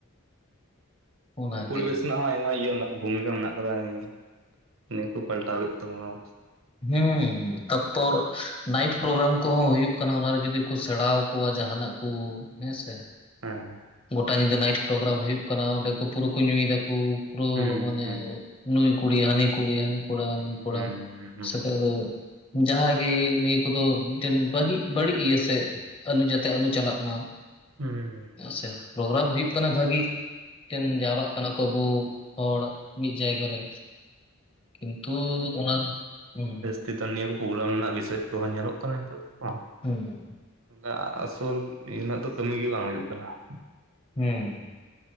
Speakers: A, on the left; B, on the right.
A: ᱚᱱᱟᱜᱮ
B: ᱯᱚᱨᱤᱵᱮᱥ ᱨᱮᱱᱟᱜ ᱦᱚᱸ ᱟᱭᱢᱟ ᱤᱭᱟᱹ ᱢᱮᱱᱟᱜᱼᱟ ᱾ ᱵᱷᱩᱢᱤᱠᱟ ᱢᱮᱱᱟᱜ ᱟᱠᱟᱫᱟ ᱱᱤᱭᱟᱹ ᱱᱤᱭᱟᱹ ᱠᱚ ᱯᱟᱞᱴᱟᱣ ᱦᱩᱭᱩᱜ ᱛᱟᱵᱚᱱᱟ ᱾
A: ᱦᱩᱸ ᱛᱯᱚᱨ ᱾ ᱱᱟᱭᱤᱴ ᱯᱨᱳᱜᱨᱟᱢ ᱠᱚᱦᱚᱸ ᱦᱩᱭᱩᱜ ᱠᱟᱱᱟ ᱚᱱᱟ ᱨᱮ ᱡᱩᱫᱤ ᱠᱚ ᱥᱮᱬᱟ ᱟᱠᱚᱣᱟ ᱡᱟᱦᱟᱱᱟᱜ ᱠᱩ ᱦᱮᱸᱥᱮ ᱾
B: ᱦᱩᱸ᱾
A: ᱜᱚᱴᱟ ᱧᱤᱫᱟᱹ ᱱᱟᱭᱤᱴ ᱯᱨᱳᱜᱨᱟᱢ ᱦᱩᱭᱩᱜ ᱠᱟᱱᱟ ᱚᱸᱰᱮ ᱠᱚ ᱯᱩᱨᱟᱹ ᱠᱚ ᱧᱩᱭ ᱫᱟᱠᱚ ᱯᱩᱨᱟᱹ
B: ᱦᱩᱸ
A: ᱢᱟᱱᱮ
B: ᱦᱩᱸ
A: ᱾ ᱠᱩᱲ ᱦᱟᱹᱱᱤ ᱠᱩᱲ ᱦᱟᱹᱱᱤ ᱠᱚᱲᱟ ᱦᱟᱹᱱᱤ
B: ᱦᱩᱸ
A: ᱠᱚᱲᱟ
B: ᱦᱩᱸ ᱦᱩᱸ
A: ᱥᱛᱟ ᱫᱚ ᱾ ᱡᱟᱦᱟᱸᱜᱮ ᱱᱤᱭᱟᱹ ᱠᱚᱫᱚ ᱢᱤᱫᱴᱮᱱ ᱵᱟᱹᱜᱤ ᱵᱟᱹᱲᱤᱡ ᱤᱭᱟᱹ ᱥᱮ ᱟᱞᱩ ᱡᱟᱛᱮ ᱟᱞᱩ ᱪᱟᱞᱟᱜ ᱢᱟ ᱾
B: ᱦᱩᱸ ᱦᱩᱸ
A: ᱦᱮ‌ᱸ ᱥᱮ ᱯᱨᱳᱜᱨᱟᱢ ᱦᱩᱭᱩᱜ ᱠᱟᱱᱟ ᱵᱷᱟᱹᱜᱤ ᱴᱮᱱ
B: ᱦᱩᱸ
A: ᱡᱟᱣᱨᱟᱜ ᱠᱟᱱᱟ ᱠᱚ ᱟᱵᱚ ᱦᱚᱲ ᱾ ᱢᱤᱫ ᱡᱟᱭᱜᱟ ᱨᱮ ᱠᱤᱱᱛᱩ ᱚᱱᱟ ᱦᱩᱸ ᱼᱼ
B: ᱱᱤᱛᱟᱨ ᱱᱤᱭᱟᱹ ᱠᱚ ᱯᱨᱳᱜᱨᱮᱢ ᱨᱮᱱᱟᱜ ᱵᱤᱥᱚᱭ ᱠᱚᱦᱚᱸ ᱧᱮᱞᱚᱜ ᱠᱟᱱᱟ ᱱᱤᱛᱚᱜ ᱠᱚ ᱾
A: ᱦᱩᱸ ᱾
B: ᱟᱜ ᱟᱥᱚᱞ ᱤᱱᱟᱹᱜ ᱫᱚ ᱠᱟᱹᱢᱤᱜ ᱜᱮ ᱵᱟᱝ ᱦᱩᱭᱩᱜ ᱠᱟᱱᱟ ᱾
A: ᱦᱩᱸ ᱾